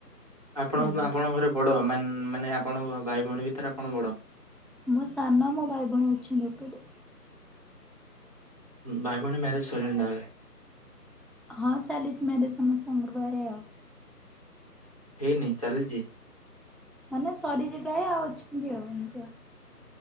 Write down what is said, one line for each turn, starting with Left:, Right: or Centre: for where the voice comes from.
Left: ଆପଣ
Centre: ଆଜ୍ଞା।
Left: ଆପଣଙ୍କ ଘରେ ବଡ ମାନ୍- ମାନେ ଆପଣଙ୍କ ଭାଇ ଭଉଣୀ ଭିତରେ ଆପଣ ବଡ?
Centre: ମୁଁ ସାନ ମୋ ଭାଇ ଭଉଣୀ ଅଛନ୍ତି ଉପରେ।
Left: ଭାଇ ଭଉଣୀ ମ୍ୟାରେଜ୍ ସଇଲାଣି ତାହେଲେ?
Centre: ହଁ ଚାଲିଚି ମ୍ୟାରେଜ୍ ସମସ୍ତଙ୍କର <unintelligible> ଆଉ।
Left: ହେଇନି ଚାଲିଚି?
Centre: ମାନେ ସରିଚି ପ୍ରାୟେ ଆଉ ଅଛନ୍ତି ଆଉ ଏମିତି ଆଉ।